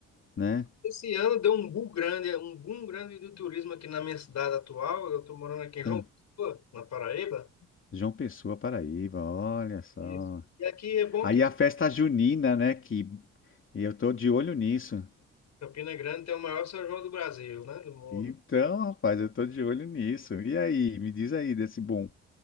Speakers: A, on the left (about 40°); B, on the left (about 65°).
A: né?
B: Esse ano deu um boom grande, um boom grande do turismo aqui na minha cidade atual. Eu estou morando aqui em João
A: Ah,
B: Pessoa, na Paraíba.
A: João Pessoa, Paraíba, olha só.
B: Isso. E aqui é bom
A: Aí
B: que
A: a festa junina, né, que e eu tô de olho nisso.
B: Campina Grande tem o maior São João do Brasil, né? Do mundo.
A: Então, rapaz, eu tô de olho nisso. E aí, me diz aí desse bom.